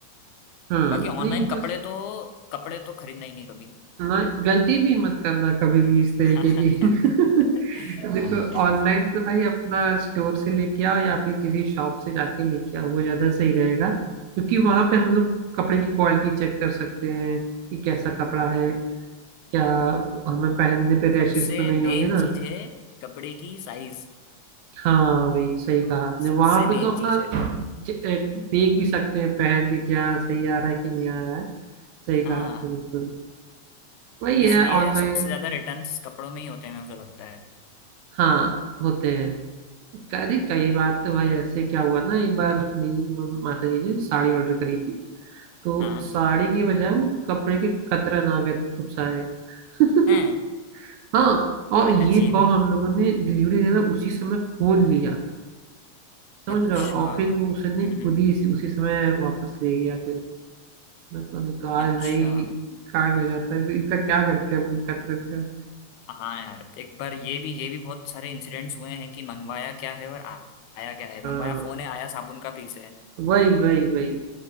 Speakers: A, on the right (about 80°); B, on the left (about 85°).
A: हाँ
B: बाकी ऑनलाइन
A: नहीं
B: कपड़े
A: बस
B: तो कपड़े तो खरीदना ही नहीं कभी
A: ना गलती भी मत करना कभी भी इस
B: <laughs>
A: तरीके की <laughs> देखो ऑनलाइन तो भाई अपना स्टोर से लेके आओ या फिर किसी शॉप से जाके लेके आओ वो ज्यादा सही रहेगा क्योंकि वहां पे हम लोग कपड़े की क्वालिटी चेक कर सकते हैं कि कैसा कपड़ा है क्या हमें पहनने पे रैशेस
B: सबसे
A: तो नहीं
B: मेन
A: होंगे ना
B: चीज है कपड़े की साइज
A: हाँ भाई सही कहा आपने
B: सबसे
A: वहां
B: मेन
A: पे तो अपना
B: चीज है
A: च- ए, देख भी सकते हैं पहन के क्या सही आ रहा है कि नहीं आ रहा है सही कहा
B: हाँ
A: आपने बिल्कुल वही
B: इसलिए
A: है ऑनलाइन
B: सबसे ज्यादा रिटर्न्स कपड़ों में ही होते हैं मुझे लगता है
A: हाँ होते हैं अरे कई बार तो भाई ऐसे क्या हुआ ना एक बार मेरी म- माता जी ने साड़ी ऑर्डर करी थी तो
B: हाँ
A: साड़ी की बजाय वो कपड़े के कतरन आ गए थे खूब सारे <laughs>
B: हैं
A: हाँ और ये
B: अजीब
A: कहो
B: है
A: हम लोगों ने डिलीवरी देना उसी समय खोल लिया समझ
B: अच्छा
A: रहे हो और फिर वो उसने
B: हम्म
A: खुद
B: हम्म,
A: ही इसी उसी समय वापस ले गया फिर मैं तो नहीं तो आज
B: अच्छा
A: भाई कांड हो जाता है इसका क्या करते हैं हम लोग कतरन का
B: हाँ यार एक बार ये भी ये भी बहुत सारे इंसिडेंट्स हुए हैं कि मंगवाया क्या है और आ- आया क्या है
A: हाँ
B: मंगवाया फोन है आया साबुन का पीस है
A: वही वही वही